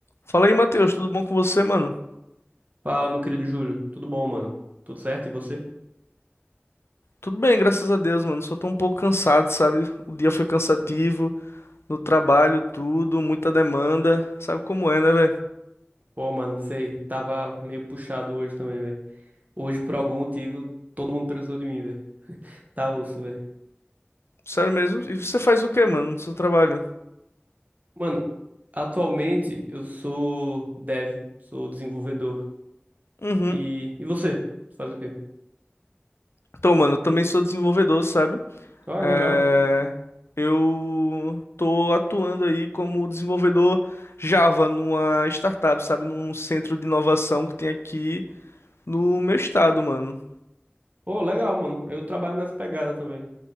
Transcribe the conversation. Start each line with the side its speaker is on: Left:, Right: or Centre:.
Left: Fala aí, Matheus, tudo bom com você, mano?
Right: Fala, meu querido Júlio. Tudo bom, mano? Tudo certo? E você?
Left: Tudo bem, graças a Deus, mano. Só tô um pouco cansado, sabe? O dia foi cansativo, no trabalho, tudo, muita demanda. Sabe como é, né, velho?
Right: Pô, mano, sei. Tava meio puxado hoje também, velho. Hoje, por algum motivo, todo mundo precisou de mim, velho. Tá osso, velho.
Left: Sério mesmo? E você faz o quê, mano, no seu trabalho?
Right: Mano, atualmente eu sou dev, sou desenvolvedor.
Left: Uhum.
Right: E, e você? Você faz o quê?
Left: Então, mano, eu também sou desenvolvedor, sabe?
Right: Ah,
Left: É...
Right: legal.
Left: Eu tô atuando aí como desenvolvedor Java numa startup, sabe? Num centro de inovação que tem aqui no meu estado, mano.
Right: Pô, legal, mano. Eu trabalho nessa pegada também.